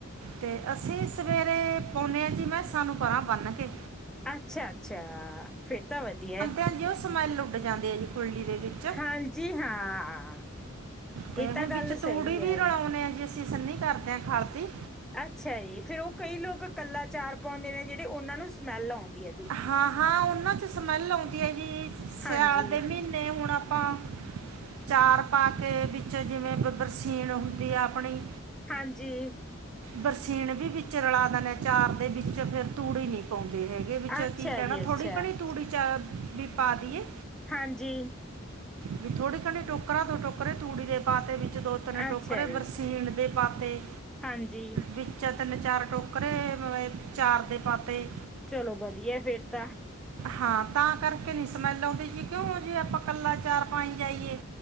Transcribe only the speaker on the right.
ਤੇ ਅਸੀਂ ਸਵੇਰੇ, ਪਾਉਂਨੇ ਆਂ ਜੀ ਮੈਸਾ ਨੂੰ ਪਰਾਂ ਬੰਨ੍ਹ ਕੇ।
ਹਾਂਜੀ, ਓ ਸਮੈਲ ਨੂੰ ਲ ਜਾਂਦੇ ਆ ਜੀ ਖੂਰਲੀ ਦੇ ਵਿੱਚ।
ਤੇ
ਹੁਣ
ਵਿੱਚ ਤੂੜੀ
ਵੀ
ਰਲਾ਼ਓਨੇ ਆ ਜੀ, ਅਸੀਂ ਸੰਨੀ ਕਾਰਦੇ ਆਂ ਖਾਤ ਦੀ।
ਹਾ-ਹਾਂ ਓਨਾਂ ਚੋ ਸਮੈਲ ਆਉਂਦੀ ਆ ਜੀ,
ਸੇਆਲ਼ ਦੇ ਮ੍ਹੀਨੇ ਹੁਣ ਆਪਾਂ ਚਾਰ ਪਾ ਕੇ, ਬਿੱਚ ਜਿਵੇਂ ਬਬਰਸੀਣ ਹੁੰਦੀ ਆ ਆਪਣੀ
ਬਰਸੀਣ ਵੀ ਬਿੱਚ ਰਲਾ਼ ਦਨੇ ਆ, ਚਾਰ ਦੇ ਬਿੱਚ ਫੇਰ ਤੂੜੀ ਹੀ ਨੀ ਪਾਓਂਦੇ ਹੈਗੇ। ਏ ਬਿੱਚ
ਕੀ ਕੈਣਾ
ਥੋੜੀ ਕਣੀ ਤੂੜੀ ਚ, ਬੀ ਪਾਦੀਏ।
ਬੀ ਥੋੜੀ ਕਨੀ ਟੋਕਰਾਂ ਦੋ ਟੋਕਰੇ ਤੂੜੀ ਦੇ ਪਾਕੇ ਬਿੱਚ ਦੋ-ਤਿੰਨ
ਟੋਕਰੇ
ਬਰਸੀਣ ਦੇ ਪਾਤੇ
ਬਿੱਚ ਤੇਨ-ਚਾਰ ਟੋਕਰੇ ਮ ਚਾਰ ਦੇ ਪਾਤੇ।
ਹਾਂ ਤਾਂ ਕਾਰਕੇ ਨੀ ਸਮੈਲ ਆਉਂਦੀ ਜੀ, ਕੇਓ ਜੇਓਂ ਆਪਾਂ ਕੱਲਾ ਚਾਰ ਪਾਈ ਜਾਈਏ।